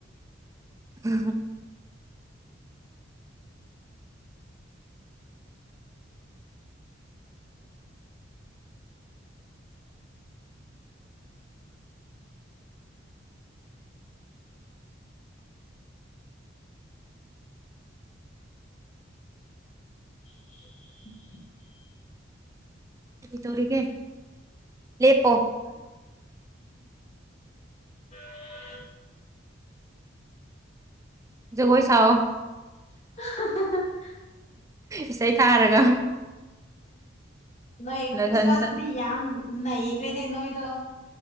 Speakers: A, on the right; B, on the left.
A: <inaudible>
B: <inaudible>
A: ꯀꯔꯤ ꯇꯧꯔꯤꯒꯦ ꯂꯦꯞꯄꯣ
B: <inaudible>
A: ꯖꯒꯣꯏ ꯁꯥꯎꯋꯣ
B: <unintelligible>
A: ꯏꯁꯩ ꯊꯥꯔꯒ
B: ꯅꯣꯏ
A: ꯅꯊꯟꯇ
B: ꯈ꯭ꯔꯤꯁꯃꯥꯁꯇꯗꯤ ꯌꯥꯝ ꯅꯩꯈ꯭ꯔꯦꯅꯦ ꯅꯣꯏꯗꯣ